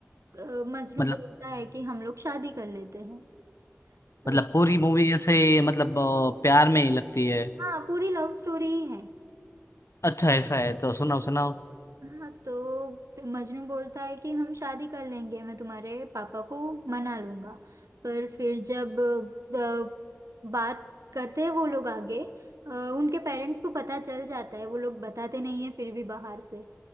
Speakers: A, on the right (about 85°); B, on the left (about 70°).
A: अ, मजनू
B: मतलब
A: बोलता है कि हम लोग शादी कर लेते हैं पर
B: मतलब पूरी मूवी ऐसे मतलब अ, प्यार में ही लगती है
A: हाँ पूरी लव स्टोरी ही है
B: अच्छा ऐसा है तो सुनाओ सुनाओ
A: हाँ तो फिर मजनू बोलता है कि हम शादी कर लेंगे मैं तुम्हारे पापा को मना लूंगा पर फिर जब अ, बात करते हैं वो लोग आगे अ, उनके पेरेंट्स को पता चल जाता है वो लोग बताते नहीं है फिर भी बाहर से